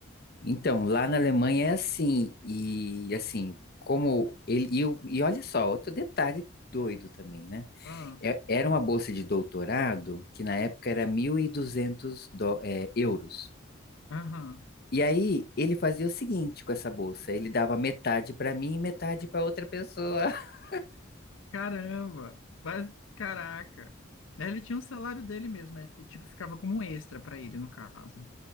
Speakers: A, on the left; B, on the left.
A: Então, lá na Alemanha é assim, e assim, como ele. E, o- e olha só, outro detalhe doido também, né?
B: Ah,
A: É- Era uma bolsa de doutorado, que na época era 1.200 dó- é, euros.
B: aham.
A: E aí ele fazia o seguinte com essa bolsa: ele dava metade para mim e metade para outra pessoa. <laughs>
B: Caramba. Mas, caraca. Né, Ele tinha um salário dele mesmo, né? E, tipo, ficava como um extra pra ele, no caso,